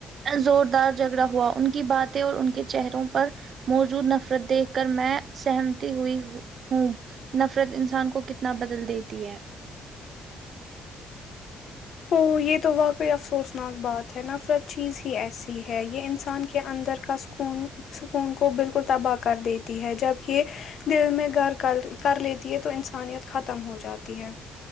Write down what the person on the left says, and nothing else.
او یہ تو واقعی افسوسناک بات ہے نفرت چیز ہی یہ ایسی ہے یہ انسان کے اندر کا سکون سکون کو بالکل تباہ کر دیتی ہے جب یہ دل میں گھر کر کر لیتی ہے تو انسانیت ختم ہو جاتی ہے